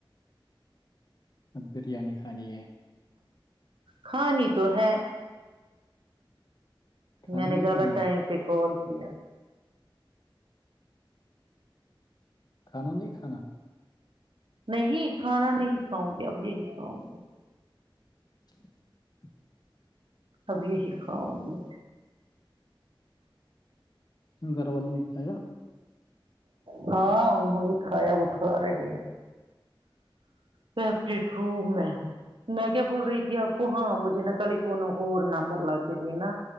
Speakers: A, on the left; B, on the right.
A: اب بریانی کھانی ہے
B: کھاانی تو ہے
A: کھانا
B: میں نے
A: نہیں
B: غلط
A: کھانا
B: ٹائم پہ کال کیا
A: کھانا نہیں کھانا
B: نہیں کھانا نہیں کاؤں گی اب یہی کاؤں گی
A: <inaudible> <unintelligible>
B: اب یہی کھاؤں گی
A: گھر والوں نےکھایا
B: ہاں انہوں نے کھایا وہ کھا رہے ہیں میں اپنے روم میں ہوں میں کیا بول رہی تھی آپ کو ہاں مجھے نا کل ایک کو نوں اور نمبر لا کے دینا